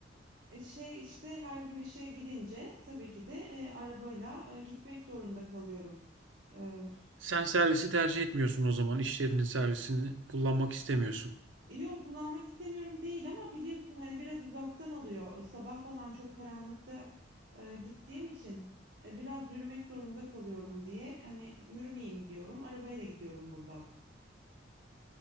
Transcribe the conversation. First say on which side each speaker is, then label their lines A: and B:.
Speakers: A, on the right; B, on the right.
A: E, şey, işte, her gün işe gidince tabii ki de, eee, arabayla, eee, gitmek zorunda kalıyorum. Eee
B: Sen servisi tercih etmiyorsun o zaman. İş yerinin servisini kullanmak istemiyorsun.
A: Yo, kullanmak istemiyorum değil ama biliyorsun hani biraz uzaktan alıyor. Sabah falan çok karanlıkta e, gittiğim için e, biraz yürümek zorunda kalıyorum diye. Hani yürümeyeyim diyorum. Arabayla gidiyorum buradan.